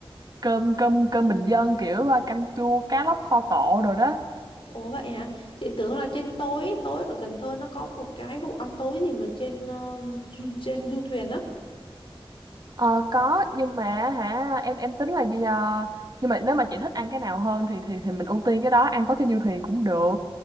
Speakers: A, on the right; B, on the left.
A: cơm cơm cơm bình dân kiểu ờ, canh chua cá lóc kho tộ rồi đó
B: Ủa vậy hả? Chị tưởng là trên tối tối ở Cần Thơ nó có một cái vụ ăn tối gì mà trên ờ, du, trên du thuyền á.
A: Ờ, có nhưng mà hả em em tính là gì nhờ? nhưng mà nếu mà chị thích ăn cái nào hơn thì thì thì mình ưu tiên cái đó ăn tối trên du thuyền cũng được